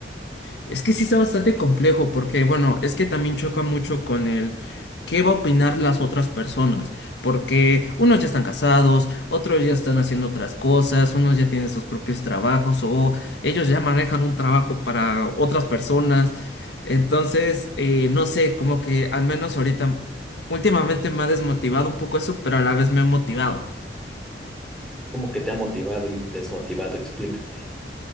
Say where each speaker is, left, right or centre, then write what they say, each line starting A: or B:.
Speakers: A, on the left; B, in the centre.
A: Es que sí está bastante complejo porque, bueno, es que también choca mucho con el qué va a opinar las otras personas, porque unos ya están casados, otros ya están haciendo otras cosas, unos ya tienen sus propios trabajos o ellos ya manejan un trabajo para otras personas. Entonces, eh, no sé, como que al menos ahorita, últimamente me ha desmotivado un poco eso, pero a la vez me ha motivado.
B: Como que te ha motivado y desmotivado, explícate.